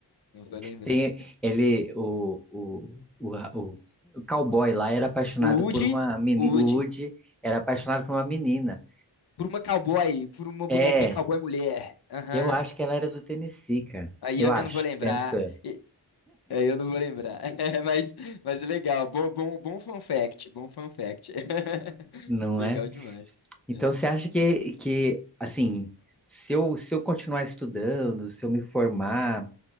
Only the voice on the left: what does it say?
Não vou lembrar.
O Woody,
o Woody,
por uma cowboy, por uma
bonequinha cowboy mulher. Aham.
Aí
eu
já não vou lembrar.
E- Aí eu não vou lembrar. <laughs> Mas, mas legal. Bom, bom, bom fun fact. Bom fun fact. <laughs>
Legal
demais.
É.